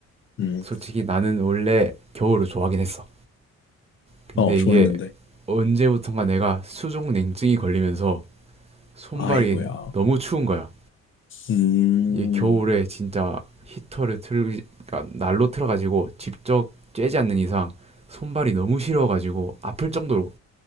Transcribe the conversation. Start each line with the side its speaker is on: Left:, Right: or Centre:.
Left: 음,
Right: 솔직히 나는 원래 겨울을 좋아하긴 했어. 근데
Left: 어, 좋아했는데.
Right: 이게 언제부턴가 내가 수족 냉증이 걸리면서 손발이
Left: 아이고야.
Right: 너무 추운 거야.
Left: 음,
Right: 이게 겨울에 진짜 히터를 틀, 그러니까 난로 틀어가지고 직접 쬐지 않는 이상 손발이 너무 시려가지고 아플 정도로